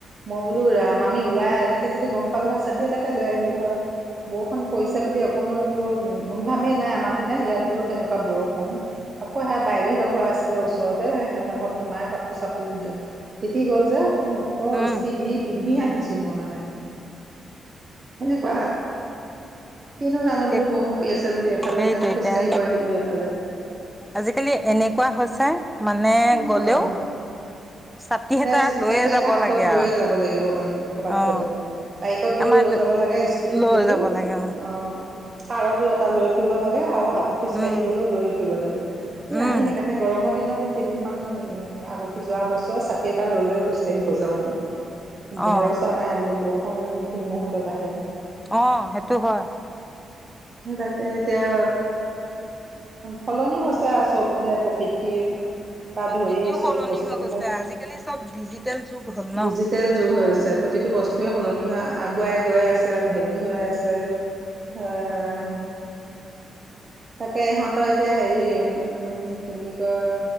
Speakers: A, on the right; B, in the centre.
A: মই বোলো ৰাম আমি ওলাই এনে নেকে যদি গম পালো হয় ছাতি এটাকে লৈ আহিলো হয় বৰখুন পৰিছে বুলি অকনো বোলো ঘুম ঘামে নাই আমাৰ পিনে ইয়াত বোলো কেনেকুৱা বৰষুণ আকৌ সেয়া বাইদেউহঁতৰ ঘ এটা আছিলে ওচৰতে। সিহঁতৰ ঘৰত সুমাই কাপোৰ চাপু। তিতি গ'ল যে মই ক
B: উম
A: ই্স্তি দি প আহিছোঁ, মই মানে সেনেকুৱা কিনো জানো বোলো
B: এক
A: বৰষুন পৰি আছে। বুলি এইফালে
B: সেইটো
A: সেইকাৰণে
B: এতিয়া
A: খোজকাঢ়িব আহিলোঁ এইফালে
B: আজিকালি এনেকুৱা হৈছে। মানে
A: অ',
B: গ'লেও ছাতি
A: সেই
B: এটা লৈয়ে
A: ছাতি এটা
B: যাব
A: হাতত
B: লাগে
A: লৈয়ে
B: আৰু
A: যাব লাগিব মানে। কৰাত
B: অ
A: গলে, বাইকত গলেও
B: আমাৰ
A: লৈ যাব লাগে স্কুটি
B: লৈ
A: ত গলেও
B: যাব লাগে
A: অ' পাৰটো এটা লৈ ফুৰিব লাগে আৰু হাত খোজকাঢ়ি
B: উম
A: গ'লেও লৈয়ে ফুৰিব লাগে। হে
B: উম
A: আমি সেইকাৰণে গৰম দিনত। কেইদিনমান আগহি যোৱা বছৰ। ছাতি এটা লৈ-লৈ খোজ কাঢ়ি বজাও মানে। ভৰচা
B: অ
A: নাই বোলো বৰষু ক কোন মুহৰ্তত আহে।
B: অ সেইটো হয়।
A: স তাকে এতিয়া সলনি হৈছে চব দে প্ৰকৃতিয়ে। পা
B: প্ৰকৃতিও
A: ধৰি চব
B: সলনি
A: বস্তুবিলাক।
B: হৈ গৈছে আজিকালি চব ডিজিটেল যুগ হ'ল ন
A: ডিজিটেল যুগ হৈছে প্ৰতিটো বস্তুৱয়ে সলনি হয়। আগুৱাই গৈ আছে। হেৰি হৈ আছে এ অহ, তাকে ইহঁতৰ এতিয়া হেৰি উম কি বুলি কয়